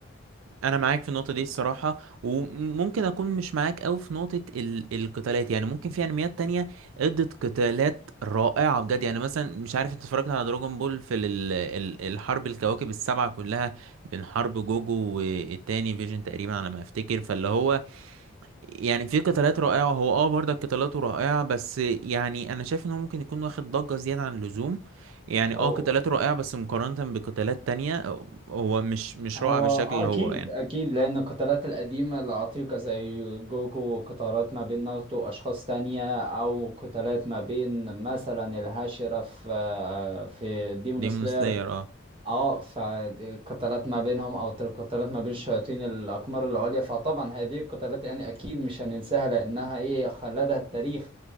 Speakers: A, on the right; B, on the right.
A: انا معاك في النقطه دي الصراحه وممكن اكون مش معاك قوي في نقطه ال القتالات يعني ممكن في انميات تانية ادت قتالات رائعه بجد يعني مثلا مش عارف انت اتفرجت على دراجون بول في ال ال الحرب الكواكب السبعه كلها بين حرب جوجو والتاني فيجن تقريبا على ما افتكر فاللي هو يعني في قتالات رائعه هو اه برضه قتالاته رائعه بس يعني انا شايف ان هو ممكن يكون واخد ضجه زياده عن اللزوم يعني
B: قوي
A: اه قتالاته رائعه بس مقارنه بقتالات تانية هو مش مش
B: هو
A: رائع بالشكل
B: آه
A: اللي
B: اكيد
A: هو يعني
B: اكيد لان القتالات القديمه العتيقه زي جوكو وقتالات ما بين ناروتو واشخاص تانية او قتالات ما بين مثلا الهاشرة في في ديمون
A: ديمون
B: سلاير
A: سلاير اه
B: اه فالقتالات ما بينهم او القتالات ما بين شياطين الاقمار العليا فطبعا هذه القتالات يعني اكيد مش هننساها لانها ايه خلدها التاريخ